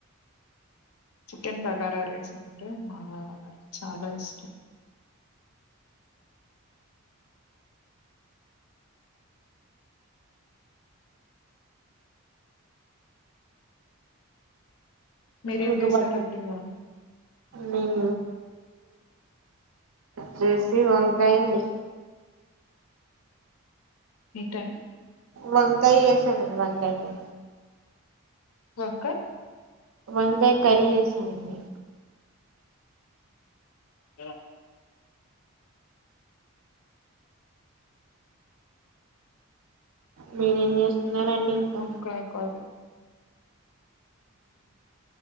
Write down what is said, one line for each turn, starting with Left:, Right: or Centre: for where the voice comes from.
Left: చికెన్ బగారా రైస్ అంటే మా వాడికి చాలా ఇష్టం మీరేం
Right: మీకు
Left: చేశారండి
Right: బట్ట
Left: వావాళు
Right: నేను చేసి వంకాయడి
Left: ఏంటండి
Right: వంకాయ చేసానండి వంకాయ ప
Left: అకా
Right: వంగే కరియేసనిడి
Left: అ
Right: మీరేం చేస్తున్నారండి ఇంకా
Left: అకా కా